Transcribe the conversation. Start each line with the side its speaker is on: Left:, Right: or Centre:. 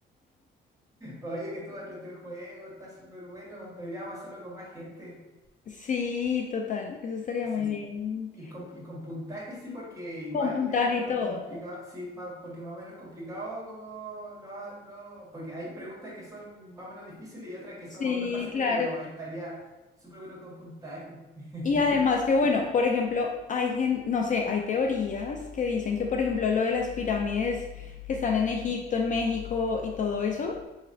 Right: Oye, que tú vas a el juego, está súper bueno, deberíamos hacerlo con más gente.
Left: Sí, total, eso estaría
Right: Sí,
Left: muy bien.
Right: y con, y con puntaje sí, porque igual
Left: Con puntaje
Right: es más o menos
Left: y todo.
Right: complicado, sí, ma- porque más o menos complicado como no, no, porque hay preguntas que son más o menos difíciles y otras que son
Left: Sí,
Right: más o menos fáciles,
Left: claro.
Right: pero estaría súper bueno con puntaje. <laughs>
Left: Y además que, bueno, por ejemplo, hay gen- no sé, hay teorías que dicen que, por ejemplo, lo de las pirámides que están en Egipto, en México y todo eso,